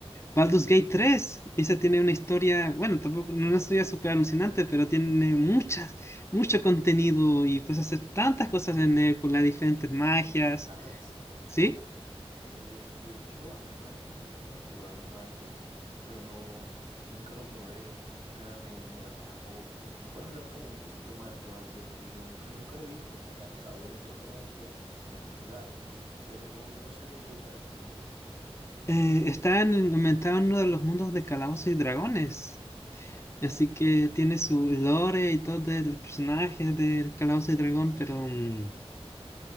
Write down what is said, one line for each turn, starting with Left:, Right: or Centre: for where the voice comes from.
Left: Baldur's Gate tres y esa tiene una historia, bueno, tampoco, no no es una historia súper alucinante, pero tiene muchas, mucho contenido y puedes hacer tantas cosas en él con las diferentes magias,
Right: ¿Sabes?
Left: ¿sí?
Right: Eh, de hecho, a mí una vez me invitaron a jugar Baldur's, pero no, nunca lo probé, nunca me, me atrapó. ¿Me puedes hablar como un poquito más de Baldur's? Porque nunca, nunca lo he visto como tal. O sea, obviamente lo conozco, muy popular, pero no, no sé de qué trata muy bien.
Left: Eh, está en- inventado en uno de los mundos de Calabozos y Dragones. Así
Right: Mm.
Left: que tiene su lore y todo de los personajes del Calabozo y Dragón, pero, mm,